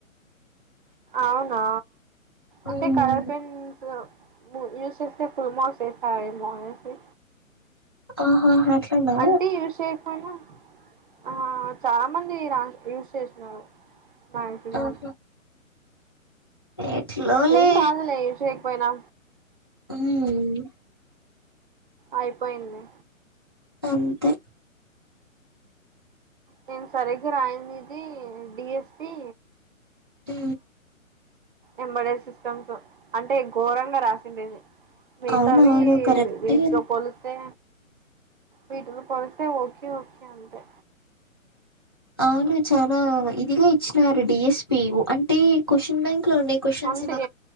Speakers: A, on the right; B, on the left.
A: అవునా అంటే
B: ఉమ్,
A: కలర్ పెన్స్ యూ చేస్తే ఫుల్ మార్క్స్ ఇస్తారేమో అనేసి
B: ఆహా అట్లానా
A: అంటే ఈషేక్మైన ఆ చాలా మంది రా యూజ్ చేసినారు మాక్సిమం
B: ఆహా ఎట్లోలే
A: ఏం కాదులే యూస్ చేయకపోయినా
B: మ్మ్
A: అయిపోయింది
B: అంతే
A: నేను సరిగ్గా రాయింది ఇది డీస్పీ
B: ఉ
A: ఎంబ్రాయిడరీ సిస్టమ్స్ అంటే ఘోరంగా రాసిండేది మిగతావి
B: అవునవును కరెక్టే
A: వీటితో పోలిస్తే వీటిల పోలిస్తే ఓకే ఓకే అంతే
B: అవును చనా ఇదిగా ఇచ్చినారు డిఎస్పి అంటే క్వశ్చన్ బ్యాంక్ లో క్యూస్షన్స్
A: అంతే
B: ఇవ